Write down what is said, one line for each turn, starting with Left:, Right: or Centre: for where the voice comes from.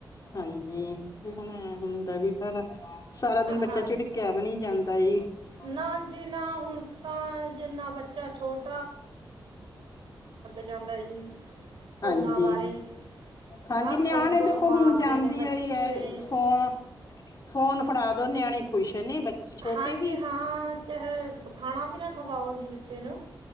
Left: ਹਾਂਜੀ ਵੀ ਹੁਣ ਐ ਹੁੰਦਾ ਵੀ ਪਰ ਸਾਰਾ ਦਿਨ ਬੱਚਾ
Right: ਹਾਂ
Left: ਝਿੜਕਿਆ ਵੀ ਨਹੀਂ ਜਾਂਦਾ <unintelligible>
Right: ਨਾ ਜੀ ਨਾ ਹੁਣ ਤਾਂ ਜਿੰਨਾ ਬੱਚਾ ਛੋਟ ਜਾਂਦਾ ਹੈ ਜੀ ਫੋਨਾਂ
Left: ਹਾਂਜੀ।
Right: ਬਾਰੇ
Left: ਹਾਂਜੀ,
Right: ਹੱਥ
Left: ਨਿਆਣੇ
Right: ਉਂਗ-
Left: ਦੇਖੋ
Right: ਮਾਰਦੇ
Left: ਹੁਣ ਜਾਂਦੀ
Right: ਨੇ
Left: ਈ
Right: ਬੱਚੇ
Left: ਐ ਫੋਨ ਫੋਨ ਫੜਾ ਦੋ ਨਿਆਣੇ ਖੁਸ਼। ਨੇ ਬੱਚੇ ਛੋਟੇ
Right: ਹਾਂਜੀ
Left: ਵੀ
Right: ਹਾਂ ਚਾਹੇ ਖਾਣਾ ਵੀ ਨਾ ਖਵਾਓ ਜੀ ਬੱਚੇ ਨੂੰ।